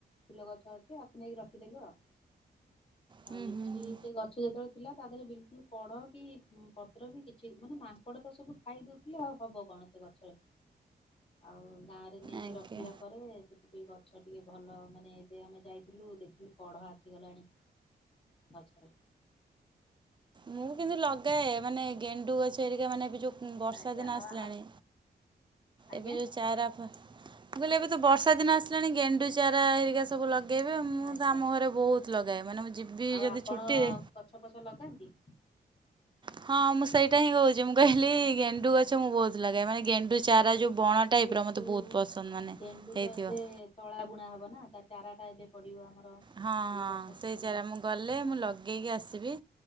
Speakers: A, on the left (about 35°); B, on the right (about 30°).
A: ଫୁଲ ଗଛ ଅଛି ଆକୁ ନେଇକି ରଖିଦେଲି ଆଉ।
B: ହୁଁ
A: ଆଉ ଏଠି
B: ହୁଁ ହୁଁ।
A: ସେ ଗଛ ଯେତେବେଳେ ଥିଲା ତା ଦେହରେ ବିଲକୁଲ୍ କଢ଼ କି ପତ୍ର ବି କି ଛି ମାନେ ମାଙ୍କଡ଼ ତ ସବୁ ଖାଇଦଉଥିଲେ ଆଉ ହବ କଣ ସେ ଗଛରେ ଆଉ ଗାଁରେ ନେଇକି
B: ଆଜ୍ଞା।
A: ରଖିଲା ପରେ ସେଠି ଏ ଗଛ ଟିକେ ଭଲ ମାନେ ଏବେ ଆମେ ଯାଇଥିଲୁ ଦେଖିକି କଢ଼ ଆସିଗଲାଣି। ଗଛରେ
B: ମୁଁ କିନ୍ତୁ ଲଗାଏ ମାନେ ଗେଣ୍ଡୁ ଗଛ ହେରିକା ମାନେ ବି ଯୋଉ ବର୍ଷା
A: ଆଜ୍ଞା
B: ଦିନ
A: ଆ
B: ଆସିଲାଣି
A: ଆ ଆଜ୍ଞା।
B: ଏବେ ଯଉ ଚାଆରା ମୁଁ କହିଲି ଏବେ ତ ବର୍ଷା ଦିନ ଆସିଲାଣି ଗେଣ୍ଡୁ ଚାରା ହେରିକା ସବୁ ଲଗେଇବେ ମୁଁ
A: ଆଜ୍ଞା
B: ତ ଆମ ଘରେ ବହୁତ ଲଗାଏ ମାନେ ମୁଁ ଯିବି
A: ଆଉ
B: ଯଦି
A: ଆପଣ
B: ଛୁଟିରେ
A: ଗଛ ପଛ ଲଗାନ୍ତି?
B: ହଁ ମୁଁ ସେଇଟା ହିଁ କହୁଛି ମୁଁ କହିଲି ଗେଣ୍ଡୁ ଗଛ ମୁଁ ବହୁତ ଲାଗେ ମାନେ ଗେଣ୍ଡୁ ଚାରା ଯୋଉ ବଣ ଟାଇପ୍
A: ଗେଣ୍ଡୁ
B: ର ମତେ ବହୁତ ପସନ୍ଦ ମାନେ
A: ଗେଣ୍ଡୁ
B: ହେଇଥିବ।
A: ତ ଏବେ ତଳା ବୁଣା ହବ ନା ତା ଚାରା ଟା ଏବେ ପଡ଼ିବ ଆମର।
B: ହଁ ହଁ
A: ଏଇ ବର୍ଷା ସିଜନ
B: ସେଇ ଚାରା
A: ରେ
B: ମୁଁ ଗଲେ ମୁଁ ଲଗେଇକି ଆସିବି।